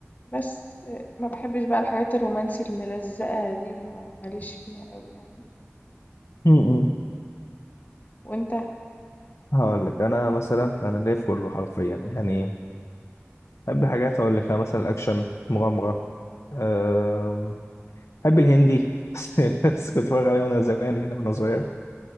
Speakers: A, on the left (about 35°); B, on the left (about 80°).
A: بس آآ ما باحبش بقى الحاجات الرومانسي الملزقة دي ما ما ليش فيها أوي يعني،
B: م- م.
A: وأنت؟
B: هقول لك انا مثلا انا ليا في كله حرفيا يعني بحب حاجات هقول لك انا مثلا الاكشن مغامره أم، بحب الهندي <laughs> بس بس كنت بتفرج عليه وانا زمان يعني وانا صغير